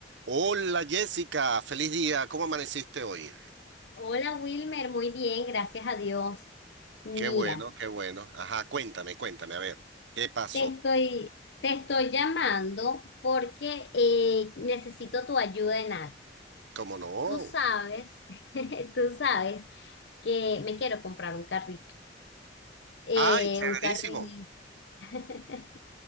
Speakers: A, on the right; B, on the left.
A: Hola Jessica, feliz día, ¿cómo amaneciste hoy?
B: Hola Wilmer, muy bien, gracias a Dios. Mira,
A: Qué bueno, qué bueno. Ajá, cuéntame, cuéntame, a ver, ¿qué pasó?
B: te estoy, te estoy llamando porque eh, necesito tu ayuda en algo.
A: ¿Cómo no?
B: Tú sabes, <laughs> tú sabes que me quiero comprar un carrito, eh,
A: Ay, severísimo.
B: un carrito. <laughs>